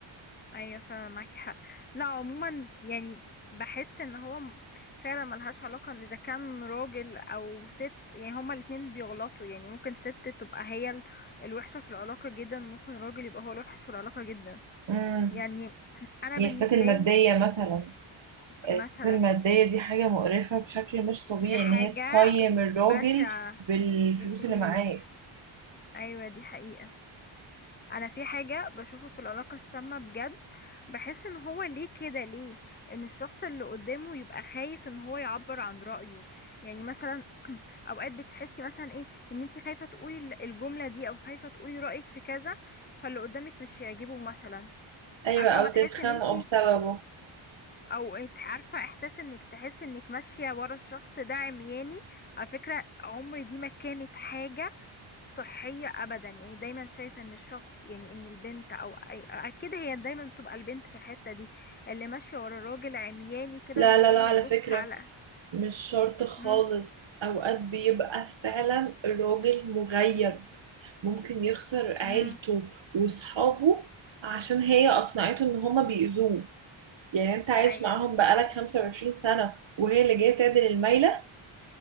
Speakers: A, on the left; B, on the right.
A: ايوه فعلا معاكي حق لا عموما يعني بحس ان هو م- فعلا ملهاش علاقة ان اذا كان راجل او ست يعني هما الاتنين بيغلطوا يعني ممكن ست تبقى هي ال- الوحشة في العلاقة جدا وممكن راجل يبقى هو الوحش في العلاقة جدا
B: امم
A: يعني <clears throat> انا
B: يستات
A: بالنسبة
B: المادية
A: لي
B: مثلا الست
A: مثلا
B: المادية دي حاجة مقرفة بشكل مش طبيعي
A: دي حاجة
B: إن هي تقيم الراجل
A: بشعة
B: بالفلوس
A: بالفلوس
B: اللي معاه
A: ايوه دي حقيقة انا في حاجة بشوفه في العلاقة السامة بجد بحس ان هو ليه كده ليه ان الشخص اللي قدامه يبقى خايف ان هو يعبر عن رأيه يعني مثلا اوقات بتحسي مثلا ايه ان انت خايفة تقولي ال- الجملة دي او خايفة تقولي رأيك في كذا فاللي قدامك مش يعجبه مثلا
B: ايوه
A: عارفة
B: او
A: ما تحس
B: تتخانقوا
A: ان انت
B: بسببه
A: او إت- عارفة احساس انك تحس انك ماشية ورا الشخص ده عمياني على فكرة عمري دي ما كانت حاجة صحية أبدا يعني دايما شايفة إن الشخص يعني إن البنت أو أي أكيد هي دايما بتبقى البنت في الحتة دي اللي ماشية ورا الراجل عمياني كده
B: لا
A: من
B: لا
A: غير
B: لا
A: ما
B: على
A: تبص
B: فكرة
A: على
B: مش شرط خالص
A: امم
B: اوقات بيبقى فعلا الراجل مغيب ممكن يخسر عيلته
A: امم
B: وصحابه عشان هي اقنعته ان هما بيأذوه يعني انت عايش
A: أيوه
B: معاهم بقالك 25 سنة وهي اللي جاية تعدل الميلة